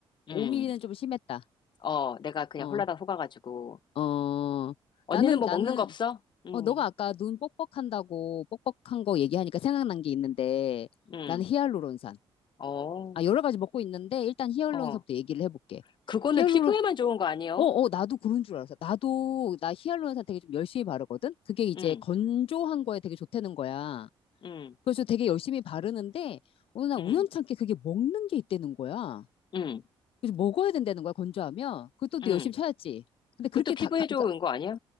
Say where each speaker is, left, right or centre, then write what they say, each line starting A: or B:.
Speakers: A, on the left; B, on the left.
A: 음.
B: 5mm는 좀 심했다.
A: 어, 내가 그냥
B: 어,
A: 홀라당 속아가지고
B: 어.
A: 언니는
B: 나는,
A: 뭐
B: 나는,
A: 먹는 거 없어? 음.
B: 어, 너가 아까 눈 뻑뻑한다고, 뻑뻑한 거 얘기하니까 생각난 게 있는데,
A: 음.
B: 나는 히알루론산.
A: 어.
B: 아, 여러 가지 먹고 있는데, 일단 히알루론산부터
A: 어.
B: 얘기를 해볼게.
A: 그거는
B: 히알루론,
A: 피부에만 좋은 거 아니에요?
B: 어, 어, 나도 그런 줄 알았어. 나도, 나 히알루론산 되게 좀 열심히 바르거든? 그게 이제
A: 응,
B: 건조한 거에 되게 좋다는 거야.
A: 응,
B: 그래서 되게 열심히 바르는데, 어느 날
A: 응,
B: 우연찮게 그게 먹는 게 있다는 거야.
A: 응,
B: 그래서 먹어야 된다는 거야, 건조하면. 그것도 또
A: 응.
B: 열심히 찾았지. 근데 그렇게
A: 그것도 피부에
B: 다, 가, 그러니까,
A: 좋은 거 아니야?